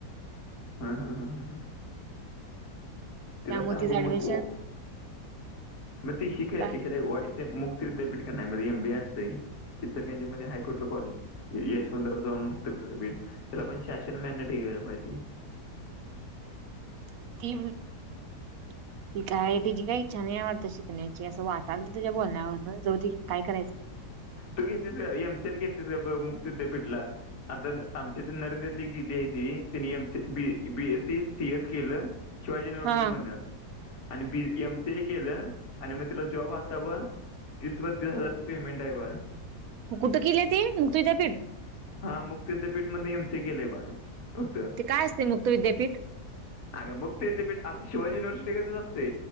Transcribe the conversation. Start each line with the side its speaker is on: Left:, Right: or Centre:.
Left: हम् हम हम ह. तिला
Right: त्यामुळे
Left: सांगू
Right: तिचं
Left: मग
Right: ऍडमिशन
Left: ओ. म त शे
Right: काय
Left: मुक्तीट नाही म्या असत <unintelligible> इतर त्यां म हायकोर्ट ल कॉलेज यशवंतराव जाऊन मुक्त बीड त्याला पण शासशन मन ठे पाहिती <unintelligible>
Right: त <inaudible> ती ती काय तिची काय. छान आवडतं शिकण्याची असं वाटाल तर त्याच्या बोलण्यावर जव की, काय करायचं.
Left: तू घेततीस एमसल घेततीस ग मुक्त विद्यापीठला आता आमच्या तर नरेंद्रले एक दि त्यांनी <unintelligible> बीएसी सी एस केलं शिवाजी युनिव्हर्सिटी
Right: हा
Left: मध आणि बी एम सी ए केलं आणि मग तिला जॉब आत्ता ब तीस बत्तीस हजारच पेमेंट आहे बा.
Right: कुठं केले ते मुक्त विद्या पीठ.
Left: हा मुक्त युद्धपीठ म एम स केेले बा. फक्त
Right: ते काय असते मुक्त विद्यापीठ
Left: अग मुक्त विद्यापीठ आता शिवाजी युनिव्हर्सिटीच अस त